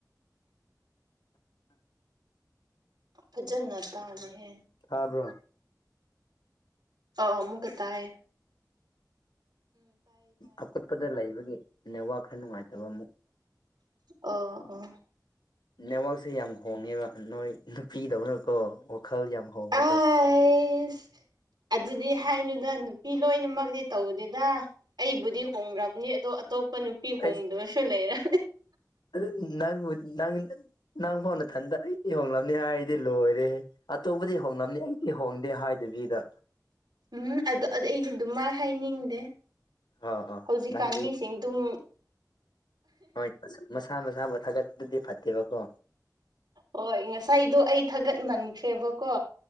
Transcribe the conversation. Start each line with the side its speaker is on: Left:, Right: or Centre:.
Right: ꯐꯖꯅ ꯇꯥꯂꯦꯍꯦ
Left: ꯍꯥꯥꯕ꯭ꯔꯣ
Right: ꯑ ꯑꯃꯨꯀ ꯇꯥꯏ
Left: ꯑꯀꯨꯠꯄꯗ ꯂꯩꯕꯒꯤ ꯅꯦꯋꯥ ꯈꯔ ꯅꯨꯡꯉꯥꯏꯇꯕ ꯑꯃꯨꯛ
Right: ꯑꯣ ꯑꯣ
Left: ꯅꯦꯠꯋꯥꯛꯛꯁꯦ ꯌꯥꯝ ꯍꯣꯡꯉꯦꯕ ꯅꯣꯏ ꯅꯨꯄꯤꯗꯧꯅꯀꯣ ꯋꯥꯈꯜ ꯌꯥꯝ ꯍꯣꯡꯕꯗꯣ
Right: ꯑꯥꯏꯁ ꯑꯗꯨꯗꯤ ꯍꯥꯏꯅꯨꯗ ꯅꯨꯄꯤ ꯂꯣꯏꯅꯃꯛꯅꯦ ꯇꯧꯗꯦꯗ ꯑꯩꯕꯨꯗꯤ ꯍꯣꯡꯈ꯭ꯔꯕꯅꯤ ꯑꯗꯣ ꯑꯇꯣꯞꯄ ꯅꯨꯄꯤ ꯍꯣꯡꯗ꯭ꯔꯁꯨ
Left: ꯑꯩꯁ
Right: ꯂꯩꯔ
Left: ꯑꯗꯨ ꯅꯪꯕꯨ ꯅꯪ ꯅꯪ ꯐꯥꯎꯅ ꯊꯟꯗ ꯑꯩꯗꯤ ꯏꯍꯣꯡꯂꯕꯅꯤ ꯍꯥꯏꯗꯤ ꯂꯣꯏꯔꯦꯦ ꯑꯇꯣꯞꯄꯗꯤ ꯍꯣꯡꯂꯝꯅꯤ ꯑꯩꯗꯤ ꯍꯣꯡꯗꯦ ꯍꯥꯏꯗꯕꯤꯗ
Right: ꯎꯝ ꯑꯗꯨ ꯑꯩꯗꯤ ꯑꯗꯨꯝ ꯃꯥꯏ ꯍꯥꯏꯅꯤꯡꯗꯦ
Left: ꯑ ꯑ
Right: ꯍꯧꯖꯤꯛꯀꯥꯟ
Left: ꯅꯪꯗꯤ
Right: ꯃꯤꯁꯤꯡ ꯑꯗꯨꯝ
Left: ꯍꯣꯏ ꯃꯁꯥ ꯃꯁꯥꯕꯨ ꯊꯥꯒꯠꯄꯗꯨꯗꯤ ꯐꯠꯇꯦꯕꯀꯣ
Right: ꯍꯣꯏ ꯉꯁꯥꯏꯗꯣ ꯑꯩ ꯊꯥꯒꯠꯃꯟꯈ꯭ꯔꯦꯕꯀꯣ